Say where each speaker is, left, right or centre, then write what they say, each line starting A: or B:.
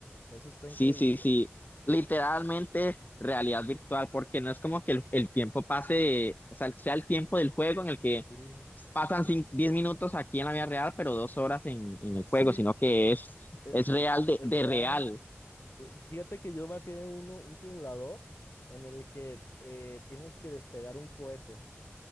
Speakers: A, on the left; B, on the left.
A: eso está
B: Sí,
A: increíble.
B: sí, sí. Literalmente realidad virtual, porque no es como que el, el tiempo pase, de- o sea, sea el tiempo del juego en el
A: Sí,
B: que pasan cin- 10 minutos aquí en la vida real, pero dos horas en,
A: <laughs>
B: en el
A: sí,
B: juego, sino que es,
A: e-
B: es
A: e-
B: real de,
A: es,
B: de
A: real.
B: real.
A: Fíjate que yo bajé uno, un simulador en el que eh, tienes que despegar un cohete.